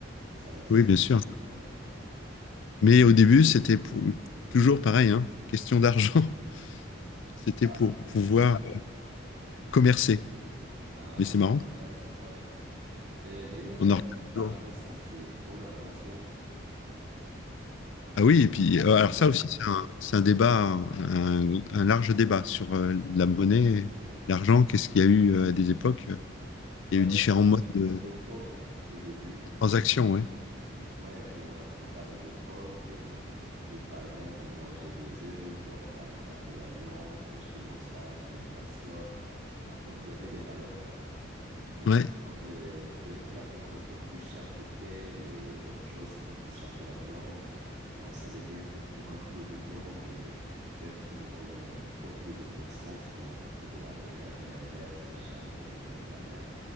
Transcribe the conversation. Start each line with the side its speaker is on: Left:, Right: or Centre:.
Right: ça aussi.
Left: Oui, bien sûr.
Right: Ouais.
Left: Mais au début, c'était pour- toujours pareil, hein, question d'argent. C'était
Right: Ah,
Left: pour pouvoir commercer.
Right: ah,
Left: Mais
Right: ouais,
Left: c'est marrant.
Right: non, c'est intéressant, ouais. Euh, d'ailleurs,
Left: On
Right: euh,
Left: en
Right: l'argent
Left: reparle.
Right: aussi, c'est une bonne invention.
Left: Ah oui, et puis
Right: La
Left: euh,
Right: monnaie.
Left: alors ça aussi, c'est un, c'est un débat, un, un large débat sur euh, la monnaie, l'argent, qu'est-ce qu'il y a eu euh, à des époques. euh,
Right: Ouais,
Left: Il y a eu
Right: c'était
Left: différents
Right: déjà
Left: modes
Right: le
Left: de
Right: le troc au début.
Left: transaction, ouais.
Right: Ouais, qu'on a commencé avec le troc. Et... Ou par exemple, moi j'ai des œufs, toi t'as de la viande, je te donne ça, tu me passes l'autre. En fait, il y avait des valeurs. Euh,
Left: Ouais.
Right: par exemple, euh, peut-être la viande était plus chère que telle et autre chose, c'était plus cher que la viande. Et on savait bien que pour un kilo de viande, euh, peut-être tu me donnes euh, trois kilos de poisson si on est à côté de la mer et l'inverse si jamais on est loin de la mer.